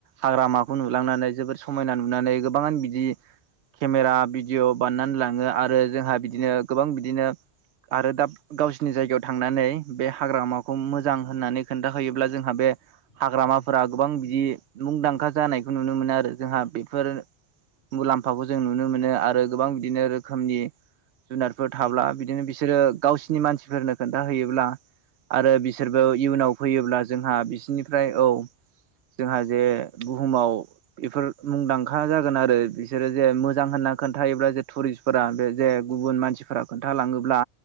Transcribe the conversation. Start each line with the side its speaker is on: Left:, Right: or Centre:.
Right: हाग्रामाखौ नुलांनानै जोबोर समायना नुनानै गोबांआनो बिदि केमेरा भिडिअ' बानायनानै लांङो आरो जोंहा बिदिनो गोबां बिदिनो आरो दा गावसिनि जायगायाव थांनानै बे हाग्रामाखौ मोजां
Left: उम
Right: होननानै खोन्था होयोब्ला जोंहा बे हाग्रामाफोरा
Left: उम उम
Right: गोबां बिदि मुंदांखा जानायखौ नुनो मोनो आरो जोंहा बेफोर मुलाम्फाखौ जों नुनो मोनो आरो गोबां बिदिनो रोखोमनि जुनारफोर
Left: उम
Right: थाब्ला बिदिनो बिसोरो गावसिनि मानसिफोरनो खोन्थाहैयोब्ला आरो बिसोरबो इयुनाव फैयोब्ला जोंहा बिसोरनिफ्राय औ जोंहा जे बुहुमाव बेफोर मुंदांखा जागोन आरो बिसोरो जे मोजां होन खोन्थायोब्ला जे थुरिस्फोरा बे जे गुबुन मानसिफोरा खोन्थालाङोब्ला